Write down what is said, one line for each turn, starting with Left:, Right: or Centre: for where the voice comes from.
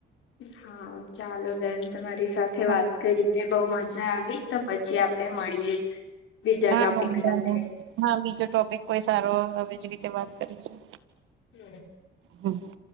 Left: હા ચાલો બેન તમારી સાથે
Right: હા
Left: વાત કરી ને બહ મજા આવી તો પછી આપે મળીએ બીજા
Right: હા
Left: ટોપિક
Right: વાંધો
Left: સાથે.
Right: નહી હા બીજો ટોપિક કોઈ સારો આવી જ રીતે વાત કરીશું.
Left: હમ્મ.
Right: હમ્મ.